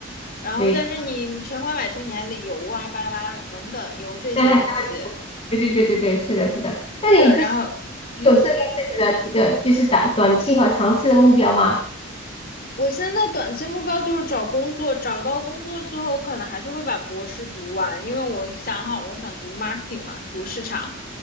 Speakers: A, on the left; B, on the left.
A: 然后但是你全款买车你还得油啊，
B: 对，
A: 巴拉巴拉的等等，油这些东西
B: 但还对对对对对，是的，是的。那你就是
A: 是，然后嗯，
B: 有设定自己的几个就是短短期和长期的目标吗？
A: 我现在短期目标就是找工作，找到工作之后，我可能还是会把博士读完，因为我想好我想读 marketing 嘛，读市场。